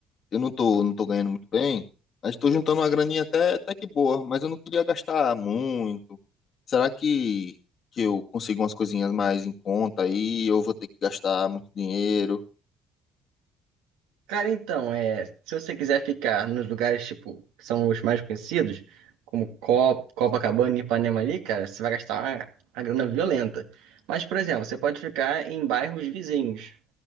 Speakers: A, on the left (about 55°); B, on the right (about 80°).
A: eu não tô, não tô ganhando muito bem, mas tô juntando uma graninha até, até que boa, mas eu não queria gastar muito. Será que, que eu consigo umas coisinhas mais em conta aí? Eu vou ter que gastar muito dinheiro?
B: Cara, então, é, se você quiser ficar nos lugares, tipo, que são os mais conhecidos, como Cop- Copacabana e Ipanema ali, cara, você vai gastar uma, uma grana violenta. Mas, por exemplo, você pode ficar em bairros vizinhos,